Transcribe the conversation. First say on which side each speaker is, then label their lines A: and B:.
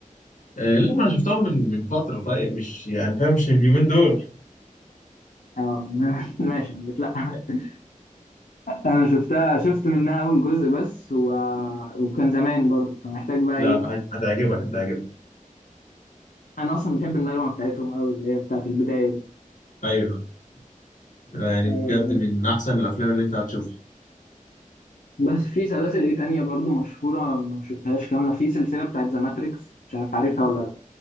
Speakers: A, on the left; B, on the left.
A: آه، لا ما انا شفتهم من من فتره طيب مش يعني فاهم مش اليومين دول
B: اه <laughs> ماشي أنا بتلا
A: يعني.
B: <laughs> انا شفتها شفت منها اول جزء بس و... وكان زمان برضو فمحتاج بقى
A: لا
B: ايه
A: لا، هت- هتعجبك هتعجبك
B: انا اصلا بحب النغمه بتاعتهم قوي اللي هي بتاعت البدايه دي
A: ايوه لا، يعني
B: آه،
A: بجد من احسن الافلام اللي انت هتشوفها
B: بس في سلاسل ايه تانية برضو مشهوره ما شفتهاش كامله في سلسله بتاعت ذا ماتريكس مش عارف عارفها ولا لا